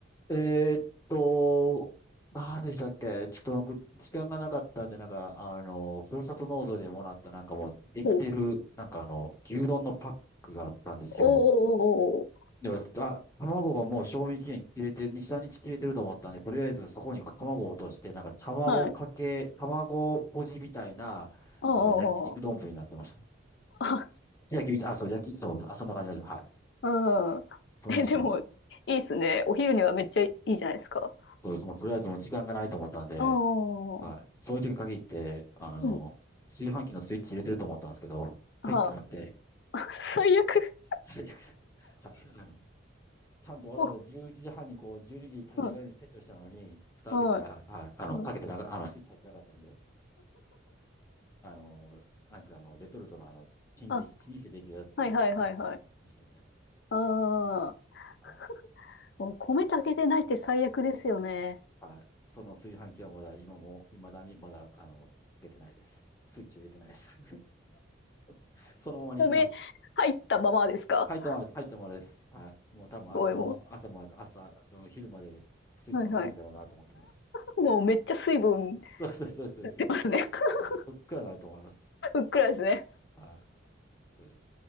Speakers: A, on the left; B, on the left.
A: い。えーっと、何でしたっけちょっと僕、時間がなかったんで、なんか、あの、ふるさと納税でもらったなんかもう、できてる、
B: お、おー
A: なんかあの、牛丼のパックがあったんですよ。
B: おお
A: でも、あ、卵がもう賞味期限切れてる、2、3日切れてると思ったんで、とりあえずそこに卵を落として、なんか卵かけ、
B: おはい。
A: 卵とじみたいな、
B: ああ、
A: なんか焼肉丼になってました。
B: ああ、あ
A: 焼き、あ、そう、焼き、そう、あ、そんな感じです。はい。
B: うん。
A: それにしてました。
B: <laughs> え、でも、いいっすね。お昼にはめっちゃいいじゃないですか。
A: そうです。もうとりあえずもう時間がないと思ったんで、
B: ああ、
A: はい。
B: う
A: そういう時に限って、あの、
B: ん。
A: 炊飯器のスイッチ入れてると思ったんですけど、
B: は。
A: 入ってなくて、
B: あ、<laughs> 最悪。
A: 最悪です。はい。あのちゃんとわざわざ11時半にこう、
B: お、
A: 12時にじに炊き上がるようにセットしたのに、
B: うん。
A: 蓋開けたら、
B: はい。
A: はい、あの、
B: うん
A: かけてなか、あの、スイッチ入ってなかったんで、あの、なんですか、あの、レトルトのあの、チンで、
B: あ
A: チンしてできるやつを、
B: <laughs> はいはいはいはい。
A: 結構、ましたね。
B: ああ。
A: はい。
B: <laughs> もう米炊けてないって最悪ですよね。
A: はい。その炊飯器はまだ、今も、いまだにまだ、あの、出てないです。スイッチ入れてないです。<laughs> そのままにしてます。
B: 米入ったままですか
A: 入ったままです。入ったままです。はい。もう多分明日の朝まで、
B: おいもう。
A: 朝、うん、昼までスイッチ押さないんだろうなと思ってます。
B: はいはい。あ、<laughs> もうめっちゃ水分
A: そうそうそうそうそうです。
B: 出ますね。<laughs>
A: はい。そっくらなると思います。
B: ふっくらですね。
A: はい。うん